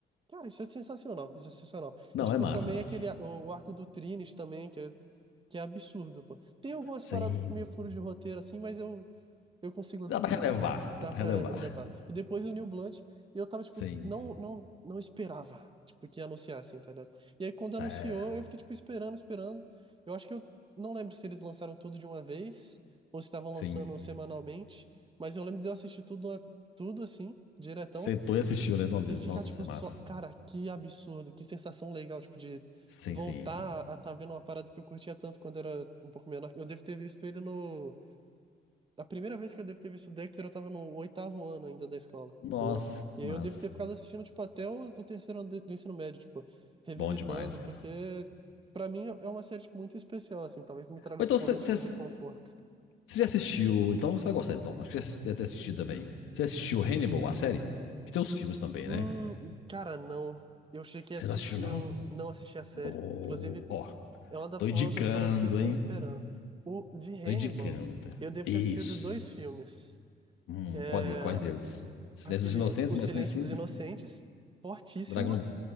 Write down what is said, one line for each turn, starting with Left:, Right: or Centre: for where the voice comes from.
Right: Cara, isso é sensacional, isso é sensacional.
Left: Não,
Right: E, tipo,
Left: é massa,
Right: também
Left: é massa.
Right: aquele, a- o arco do Trines também, que é, que é absurdo, pô. Tem algumas
Left: Sim.
Right: paradas meio furo de roteiro, assim, mas eu, eu consigo
Left: Dá pra
Right: l-
Left: relevar,
Right: dar
Left: dá pra
Right: pra
Left: relevar.
Right: ele- elevar. E depois do New Blood, eu tava, tipo,
Left: Sim.
Right: não, não, não esperava, tipo, que anunciassem, tá ligado? E aí, quando anunciou,
Left: É,
Right: eu fiquei, tipo, esperando, esperando. Eu acho que eu não lembro se eles lançaram tudo de uma vez, ou se estavam lançando
Left: sim.
Right: semanalmente, mas eu lembro de eu assistir tudo, tudo assim, diretão.
Left: Sentou e assistiu, né, de uma vez.
Right: E ficar,
Left: Nossa,
Right: tipo,
Left: é
Right: só.
Left: massa.
Right: Cara, que absurdo, que sensação legal, tipo, de
Left: Sim,
Right: voltar
Left: sim.
Right: a tá vendo uma parada que eu curtia tanto quando era um pouco menor. Eu devo ter visto ele no. A primeira vez que eu devo ter visto o Dexter, eu tava no oitavo ano ainda da escola,
Left: Nossa,
Right: entendeu? E
Left: mas
Right: aí eu devo ter ficado assistindo, tipo, até o, o terceiro ano do, do ensino médio, tipo, revisitando,
Left: bom demais, cara.
Right: porque pra mim é uma série, tipo, muito especial, assim, talvez me traga
Left: Ou então,
Right: de- algum
Left: vocês
Right: tipo de conforto.
Left: Você já assistiu? Então você vai gostar, então. Acho que já deve ter assistido também. Você assistiu Hannibal, a série? Que tem os filmes também,
Right: Hum,
Left: né?
Right: cara, não. Eu cheguei
Left: Você
Right: a assistir,
Left: não assistiu, não?
Right: eu não assisti a série.
Left: Ó,
Right: Inclusive.
Left: ó,
Right: É uma, da-
Left: tô indicando,
Right: uma das paradas que eu tô
Left: hein?
Right: esperando. O de Hannibal,
Left: Tô indicando. tá?
Right: eu devo
Left: Isso.
Right: ter assistido dois filmes.
Left: Hum,
Right: É,
Left: qual de- quais deles? Silêncio
Right: aquele
Left: dos Inocentes,
Right: O Silêncio
Left: mais conhecido.
Right: dos Inocentes, fortíssimo,
Left: Dragão